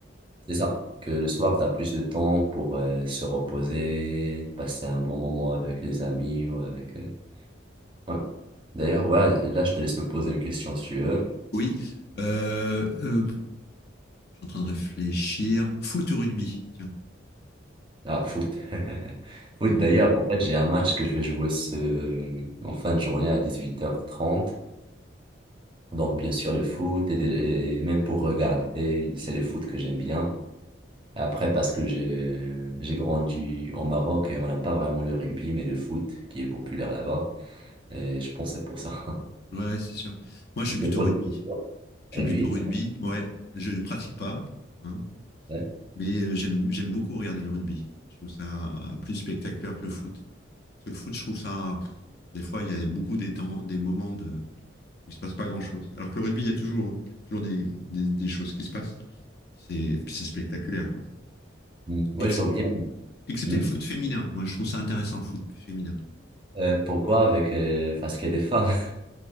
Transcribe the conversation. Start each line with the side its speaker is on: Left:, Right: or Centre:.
Right: C'est ça. Que le soir, tu as plus de temps pour euh, se reposer, passer un bon moment avec les amis ou avec... euh, ouais. D'ailleurs, ouais, là, je te laisse me poser une question si tu veux.
Left: Oui. Euh, euh, je suis en train de réfléchir. Foot ou rugby Tiens.
Right: Ah, foot. <laughs> Foot,
Left: Ouais,
Right: d'ailleurs, en fait, j'ai un match que je vais jouer ce... en fin de journée à 18h30. Donc, bien sûr, le foot, et, et même pour regarder, c'est le foot que j'aime bien. Après, parce que j'ai j'ai grandi au Maroc et on n'a pas vraiment le rugby, mais le foot qui est populaire là-bas. Et je pense que c'est pour ça.
Left: Ouais, ouais, c'est sûr. Moi, je
Right: <laughs>
Left: suis plutôt
Right: C'est pour
Left: rugby.
Right: ça.
Left: Je
Right: Rugby.
Left: suis plutôt rugby. Ouais, je pratique pas, hein,
Right: Ouais.
Left: mais euh, j'aime j'aime beaucoup regarder le rugby. Je trouve ça euh, plus spectaculaire que le foot. Parce que le foot, je trouve ça. pff, des fois, il y a beaucoup des temps, des moments de où il se passe pas grand chose. Alors que le rugby, il y a toujours euh, toujours des, des, des choses qui se passent. C'est puis c'est spectaculaire quoi.
Right: Mm. Ouais,
Left: Excepté
Right: je vois bien.
Left: Excepté
Right: Mm.
Left: le foot féminin. Moi, je trouve ça intéressant, le foot féminin.
Right: Euh, pourquoi avec... euh, Parce qu'il y a des femmes. <laughs>